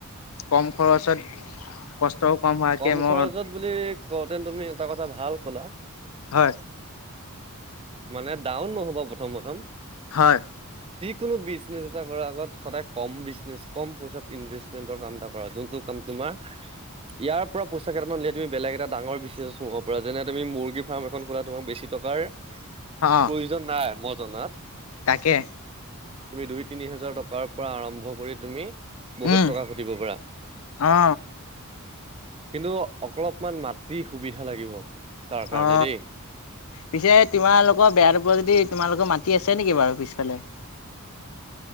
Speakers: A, on the left; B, on the right.
A: কম খৰচত কষ্টও হোৱাকে
B: কম
A: মই
B: খৰচত বুলি কওঁতে তুমি এটা কথা ভাল ক'লা
A: হয়
B: মানে ডাউন নহ'ব প্ৰথম -প্ৰথম
A: হয়
B: কোনো বিজনেছ এটা কৰাৰ আগত সদায় কম বিজনেছ কম পইচাত ইনভেষ্টমেণ্টৰ কাম এটা কৰা যোনটো কাম তোমাৰ ইয়াৰ পৰা পইচা কেইটামানলিয়াই তুমি বেলেগ এটা ডাঙৰ বিজনেছ সোমাব পৰাাৰা যেনে তুমি মুৰ্গী ফাৰ্ম এখন খোলা তোমাক বেছি টকাৰ <unintelligible>
A: অ
B: প্ৰয়োজন নাই মই জনাত
A: তাকে
B: তুমি দুই তিনি হাজাৰ টকাৰ পৰা আৰম্ভ কৰি তুমি বহুত
A: উম
B: টকা ঘটিব পাৰ
A: অ
B: কিন্তু অকৰপমান মাটি সুবিধা লাগিব <unintelligible>
A: অ
B: দেই
A: পিছে তোমালোকৰ বেয়া নোপোৱা যদি তোমালোকৰ মাতি আছে নেকি বাৰু পিছফালে <unintelligible>